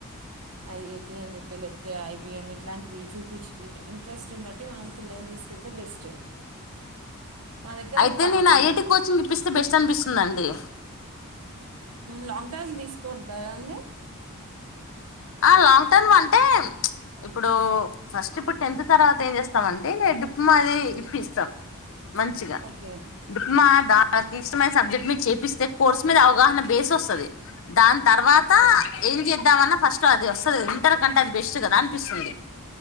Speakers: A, on the right; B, on the left.
A: ఐ ఐ టి అని చెప్పి లేకపోతే ఐ బి ఎమ్ ఇట్లాంటివి చూపిచ్చే ఇంట్రెస్ట్ని బట్టి మనం పిల్లల్ని తీసుకెళ్తే బెస్ట్ మా దగ్గర
B: అయితే
A: ఒక పాప
B: నేను ఐ ఐ టి కోచింగ్ ఇప్పిస్తే బెస్ట్ అనిపిస్తుంది అండి అంతేగా
A: లాంగ్ టర్మ్ తీసుకు తీసుకొంటారాండి
B: ఆ లాంగ్ టర్మ్ అంటే ఇప్పుడు ఫస్ట్ ఇప్పుడు టెన్త్ తర్వాత ఏం చేస్తాం అంటే నేను డిప్లమా అది ఇప్పి ఇస్తాం మంచిగా
A: ఓకే
B: డిప్మా దా ఇష్టంమైన సబ్జెక్ట్ మీరు చేపిస్త అతే కోర్స్ మీద అవగాహన బేస్ వస్తది దాని తర్వాత
A: ఓకే
B: ఏం చేద్దామన్న ఫస్ట్ అది వస్తుంది ఇంటర్ కంటే అది బెస్ట్ కదా అనిపిస్తుంది